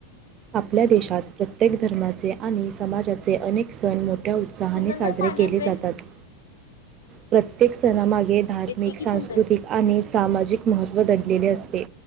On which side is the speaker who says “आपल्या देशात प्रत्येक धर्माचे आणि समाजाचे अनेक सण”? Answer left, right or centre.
Right